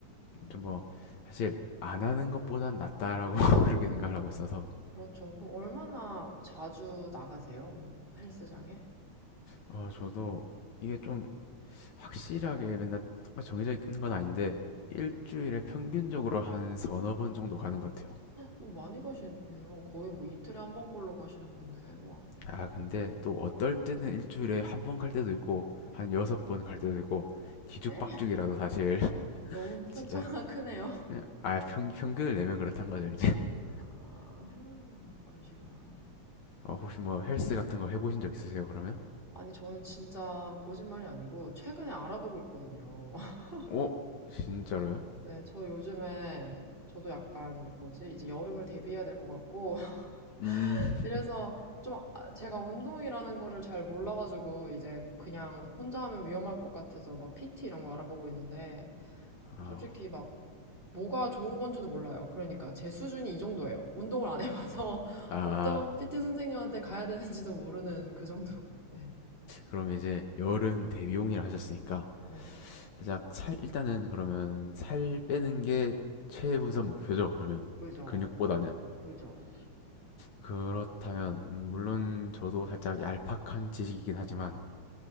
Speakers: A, on the left; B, on the left.
A: 음.
B: 좀 뭐 사실 안 하는 것보단 낫다라고 <laughs> 그렇게 생각을 하고 있어서
A: 그렇죠. 그럼 얼마나 자주 나가세요? 음, 헬스장에?
B: 어 저도 이게 좀 확실하게 맨날 정해져 있는 건 아닌데 일주일에 평균적으로 한 서너 번 정도 가는 것 같아요
A: 오, 많이 가시네요. 거의 뭐 이틀에 한 번꼴로 가시는 건데, 와.
B: 아, 근데 또 어떨 때는 일주일에 한 번 갈 때도 있고, 한 여섯 번 갈 때도 있고, 뒤죽박죽이라도
A: 네?
B: 사실, <laughs>
A: 너무 <laughs> 편차가
B: 진짜.
A: 크네요.
B: 예, 아, 평, 평균을 내면 그렇단 거죠, 이제. <laughs>
A: 아, 그러시구나.
B: 어, 혹시 뭐 헬스 같은 거 해보신 적 있으세요, 그러면?
A: 아니, 저는 진짜 거짓말이 아니고 최근에 알아보고 있거든요. <laughs>
B: 어? 진짜로요?
A: 네, 저 요즘에 저도 약간 뭐지? 이제 여름을 대비해야 될 것 같고 <laughs>
B: 음,
A: 이래서 좀 아- 제가 운동이라는 거를 잘 몰라가지고 이제 그냥 혼자 하면 위험할 것 같아서 막 PT 이런 거 알아보고 있는데
B: 아,
A: 솔직히 막 뭐가 좋은 건지도 몰라요. 그러니까 제 수준이 이 정도예요. 운동을 안 해봐서 <laughs>
B: 아,
A: 어떤 PT 선생님한테 가야 되는지도 모르는 그 정도. <laughs> 네.
B: 그럼 이제 여름 대비용이라 하셨으니까,
A: 네.
B: 살짝 살, 일단은 그러면 살 빼는 게 최우선 목표죠, 그러면.
A: 그죠.
B: 근육보다는.
A: 그죠.
B: 그렇다면 음, 물론 저도 살짝 얄팍한 지식이긴 하지만